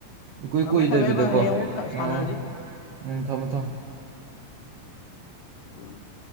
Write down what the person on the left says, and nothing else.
ꯊꯝꯃꯦ
ꯊꯝꯃꯦ ꯚꯥꯏ ꯍꯌꯦꯡ ꯑꯃꯨꯛ ꯊ- ꯁꯥꯟꯅꯔꯁꯤ
<unintelligible>